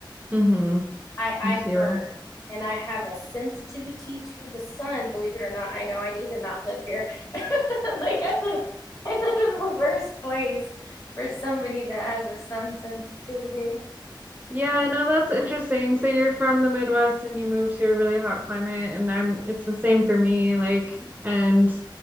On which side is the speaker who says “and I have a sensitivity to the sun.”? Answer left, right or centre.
Left